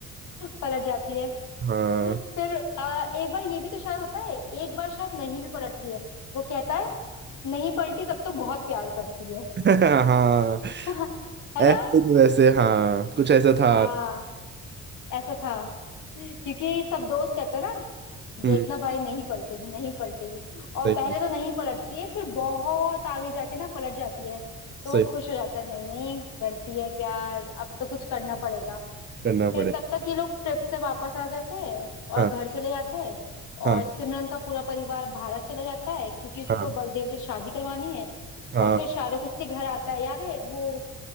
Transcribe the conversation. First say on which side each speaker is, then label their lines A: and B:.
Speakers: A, on the left; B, on the right.
A: पलट जाती है
B: हाँ
A: फिर
B: हाँ
A: अ, एक बार ये भी तो शायद होता है एक बार शायद नहीं भी पलटती है वो कहता है नहीं पलटी तब तो बहुत प्यार करती है
B: <laughs> हाँ
A: <laughs> है
B: ऐसे
A: ना
B: तो वैसे हाँ कुछ ऐसा था
A: हाँ ऐसा था क्योंकि सब दोस्त कहते ना देखना
B: हम्म
A: भाई नहीं पलटेगी नहीं पलटेगी और
B: सही
A: पहले तो नहीं पलटती है फिर बहुत आगे जाके ना पलट जाती है तो वो
B: सही
A: खुश हो जाता है नहीं नहीं करती है प्यार अब तो कुछ करना पड़ेगा
B: करना पड़े
A: फिर तब तक ये लोग ट्रिप से वापस आ जाते हैं और
B: हाँ।
A: घर चले जाते हैं
B: हाँ
A: और सिमरन का पूरा परिवार भारत चला जाता है क्योंकि उसको
B: हाँ
A: बलदेव से शादी करवानी है
B: हाँ
A: और फिर शाहरुख उसके घर आता है याद है वो